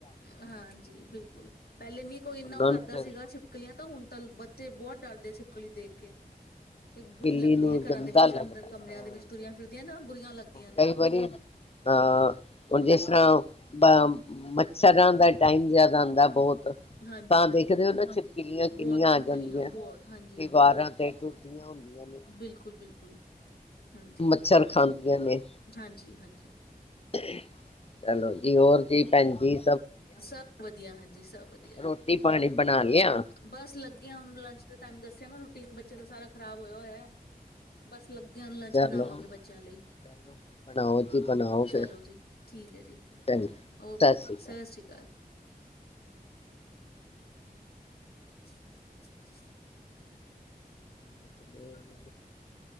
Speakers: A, on the left; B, on the left.
A: ਹਾਂਜੀ ਬਿਲਕੁਲ ਪਹਿਲੇ ਨਹੀਂ ਕੋਈ ਉਹ ਇੰਨਾ
B: ਉਹਨਾਂ
A: ਕਰਦਾ
B: ਨੂੰ ਫਿਰ
A: ਸੀਗਾ ਛਿਪ ਕਲੀਆਂ ਤਾਂ ਹੁਣ ਤਾਂ ਬੱਚੇ ਬਹੁਤ ਡਰਦੇ ਆ ਛਿਪਕਲੀ ਦੇਖ ਕੇ।
B: ਛਿਪਕਲੀ
A: ਬੁਰੀ ਲੱਗਦੀ
B: ਨੂੰ
A: ਐ। ਘਰਾਂ
B: ਗੰਦਾ
A: ਦੇ ਵਿੱਚ
B: ਲੱਗਦਾ
A: ਅੰਦਰ ਕਮਰਿਆਂ
B: ਹਾਂ
A: ਦੇ ਵਿੱਚ ਤੁਰੀਆਂ ਫਿਰਦੀਆਂ ਨਾ ਬੁਰੀਆਂ ਲੱਗਦੀਆਂ ਨੇ
B: ਕਈ ਵਾਰੀ ਅਹ ਹੁਣ ਜਿਸ ਤਰ੍ਹਾਂ ਬ ਮੱਛਰਾਂ ਦਾ ਟਾਈਮ ਯਾਦ ਆਉਂਦਾ ਬਹੁਤ।
A: ਹਾਂਜੀ,
B: ਤਾਂ ਦੇਖਦੇ
A: ਹਾਂਜੀ,
B: ਹੋ ਨਾ ਛਿਪਕਲੀਆਂ ਕਿੰਨੀਆਂ
A: ਬਹੁਤ ਛਿਪਕਲੀਆਂ
B: ਆ ਜਾਂਦੀਆਂ
A: ਬਹੁਤ ਹਾਂਜੀ, ਹਾਂਜੀ,
B: ਦੀਵਾਰਾਂ ਤੇ ਟੁੁਰਦੀਆਂ ਹੁੰਦੀਆਂ ਨੇ।
A: ਬਿਲਕੁਲ, ਬਿਲਕੁਲ, ਹਾਂਜੀ,
B: ਮੱਛਰ ਖਾਂਦੀਆਂ ਨੇ।
A: ਹਾਂਜੀ, ਹਾਂਜੀ।
B: ਚਲੋ ਜੀ ਹੋਰ ਜੀ ਭੈਣਜੀ?
A: ਸਭ ਵਧੀਆ ਹਾਂਜੀ ਸਭ ਵਧੀਆ
B: ਰੋਟੀ ਪਾਣੀ ਬਣਾ ਲਿਆ
A: ਬਸ ਲੱਗੇ ਆ। ਹੁਣ ਲੰਚ ਦੇ ਟਾਈਮ ਦੱਸਿਆ ਨਾ ਰੋਟੀ ਤਿੰਨ ਬੱਚਿਆਂ ਦਾ ਸਾਰਾ ਖਰਾਬ ਹੋਇਆ ਹੋਇਆ ਐ। ਬਸ ਲੱਗੀ ਲੰਚ
B: ਚਲੋ
A: ਬਣਾਵਾਂਗੇ ਬੱਚਿਆਂ ਲਈ।
B: ਚਲੋ ਬਣਾਓ ਜੀ ਬਣਾਓ
A: ਚਲੋ
B: ਫਿਰ
A: ਜੀ, ਠੀਕ ਐ ਜੀ
B: ਚੰਗਾ
A: ਓਕੇ ਜੀ,
B: ਸ਼੍ਰੀ
A: ਸਤਿ ਸ਼੍ਰੀ <inaudible> <inaudible>
B: <inaudible>